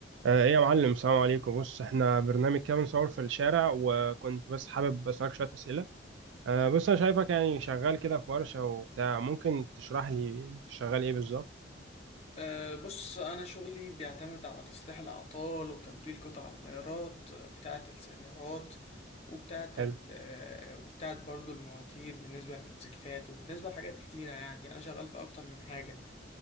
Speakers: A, on the right (about 80°); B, on the left (about 35°).
A: آه، ايه يا معلم السلام عليكم بص احنا برنامج كده بنصور في الشارع وكنت بس حابب اسالك شويه اسئله آه، بص انا شايفك يعني شغال كده في ورشه وبتاع ممكن تشرح لي انت شغال ايه بالظبط
B: أه بص أنا شغلي بيعتمد على تصليح الأعطال وتبديل قطع الغيارات آه، بتاعة السيارات وبتاعة ال-
A: حلو
B: آه، وبتاعة برضو المواتير بالنسبة للموتوسيكلات وبالنسبة لحاجات كتيرة يعني أنا شغال في أكتر من حاجة